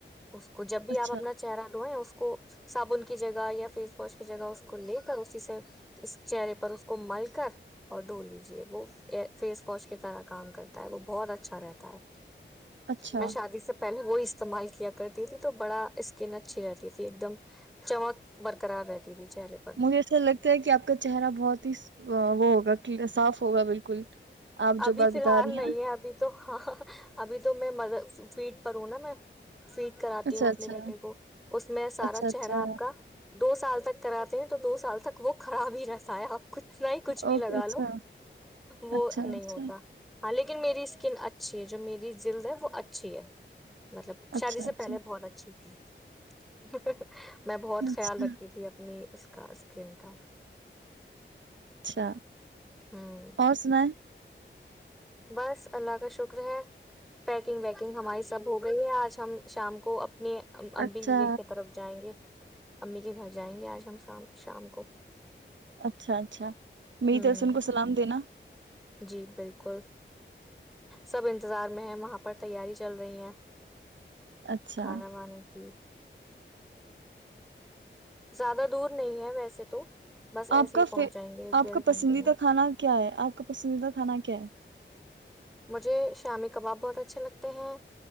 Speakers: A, in the centre; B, on the right.
A: اس کو جب بھی
B: اچھا
A: آپ اپنا چہرہ دھوئیں اس کو صابن کی جگہ یا فیس واش کی جگہ اس کو لے کر اسی سے اس چہرے پر اس کو مل کر اور دھو لیجے وہ فی فوج کی طرح کام کرتا ہے وہ بہت اچھا رہتا ہے
B: اچھا
A: میں شادی سے پہلے وہ استعمال کیا کرتی تھی تو بڑا اسکن اچھی رہتی تھی ایک دم چمک برقرار رہتی تھی چہرے پر
B: مجھے ایسا لگتا ہے کہ آپ کا چہرہ بہت ہی وہ ہوگا صاف ہوگا بالکل آپ جو
A: ابھی
B: بات
A: فی
B: بتا
A: الحال
B: رہی
A: نہیں
B: ہیں نا
A: ہے ابھی تو ہاں ابھی تو میں م فیٹ پر ہوں نا میں فیٹ کراتی
B: اچھا
A: ہوں اپنے
B: اچھا
A: بیٹے کو اس میں سارا
B: اچھا
A: چہرہ
B: اچھا
A: آپ کا دو سال تک کراتے ہیں تو دو سال تک وہ خراب ہی رہتا ہے اب کچھ نہ ہی کچھ بھی
B: اوکے
A: لگا
B: اچھا
A: لو وہ
B: اچھا
A: نہیں
B: اچھا
A: ہوتا ہاں لیکن میری اسکن اچھی ہے جو میری جلد ہے وہ اچھی ہے مطلب
B: اچھا
A: شادی سے
B: اچھا
A: پہلے بہت اچھی تھی <inaudible> میں بہت خیال
B: اچھا
A: رکھی تھی اپنی اس کا اسکم کا
B: اچھا
A: ہوں
B: اور سنیں
A: بس اللہ کا شکر ہے پٹیکنگ ویکنگ ہماری سب ہو گئی ہے آج ہم شام کو اپنے امبنییر
B: اچھا
A: کی طرف جائیں گے امی کے گھر جائیں گے آج ہم شام کو
B: اچھا اچھا می
A: ہوں
B: ترس ان کو سلام دینا
A: جی بالکل سب انتظار میں ہے وہاں پر تیاری چل رہی ہیں
B: اچھا
A: کھانا بانے کی زیادہ دور نہیں ہے ویسے تو بس ایسے
B: آپ کا
A: ہی پہنچ جائیں گے ایک
B: آپ
A: ڈیڑھ
B: کا
A: گھنٹے
B: پسندیدہ
A: میں
B: کھانا کیا ہے آپ کا پسندیدہ کھانا کیا ہے
A: مجھے شامی کباب بہت اچھے لگتے ہیں